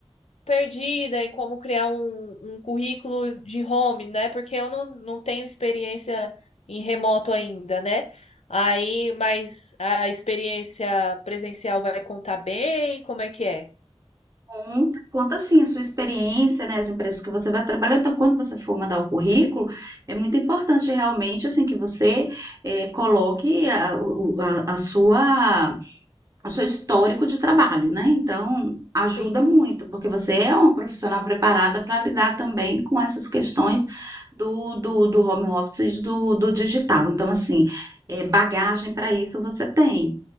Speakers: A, on the left; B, on the right.
A: perdida em como criar um, um currículo de home, né? Porque eu não, não tenho experiência em remoto ainda, né? Aí, mas a experiência presencial vai contar bem? Como é que é?
B: Conta, conta assim a sua experiência, né? As empresas que você vai trabalhar. Então, quando você for mandar o currículo, é muito importante realmente assim que você eh, coloque a, o- o- a, a sua, o seu histórico de trabalho, né? Então, ajuda
A: Sim,
B: muito, porque você é uma profissional preparada para lidar também com essas questões do, do, do home office e do, do digital. Então, assim, eh, bagagem para isso você tem.